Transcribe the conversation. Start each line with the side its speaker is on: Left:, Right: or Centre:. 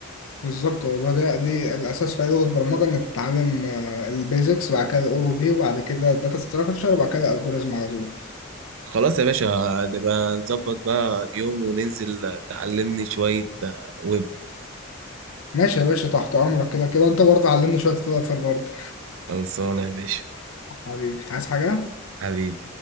Left: بالظبط والله ده دي الاساس في اي لغه برمجه انك تتعلم البيزكس وبعد كده الاو بي وبعد كده الداتا ستراكشر وبعد كده الالجوريزم على طول
Right: خلاص يا باشا نبقى نظبط بقى يوم وننزل تعلمني شوية ويب
Left: ماشي يا باشا تحت امرك كده كده انت برضه علمني شويه فلاتر برضه
Right: خلصانة يا باشا
Left: حبيبي عايز حاجه
Right: حبيبي